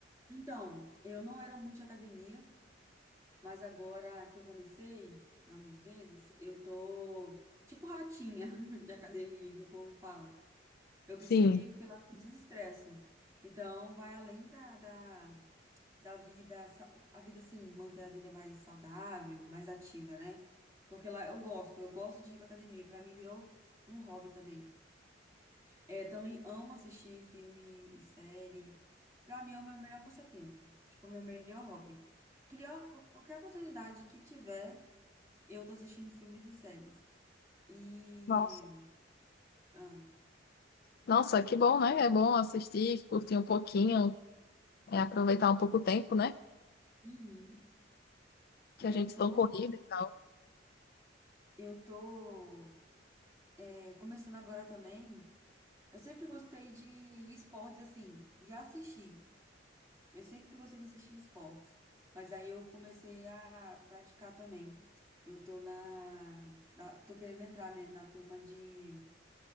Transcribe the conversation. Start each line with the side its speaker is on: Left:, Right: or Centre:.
Right: Então, eu não era muito de academia, mas agora que eu comecei, há uns meses, eu tô tipo ratinha <laughs> de academia, que o povo fala. Eu preciso
Left: Sim.
Right: ir porque lá eu desestresso. Então, vai além da, da, da vida, sa- a vida assim, manter a vida mais saudável, mais ativa, né? Porque lá eu gosto, eu gosto de ir pra academia. Pra mim virou um hobby também. É, também amo assistir filme e série. Pra mim é o meu melhor passatempo. Tipo, o meu melhor hobby. Criar qu- qualquer oportunidade que tiver, eu tô assistindo filmes e séries. E.
Left: Nossa.
Right: Ah,
Left: Nossa, que bom, né? É bom assistir, curtir um pouquinho, é aproveitar um pouco o tempo, né?
Right: uhum.
Left: que
Right: E
Left: a gente
Right: eu
Left: estancou
Right: tô.
Left: corrida e tal.
Right: Eu tô. é, começando agora também. Eu sempre gostei de esportes assim, de assistir. Eu sempre gostei de assistir esportes, mas aí eu comecei a praticar também. Eu tô na, na- tô querendo entrar, né, na turma de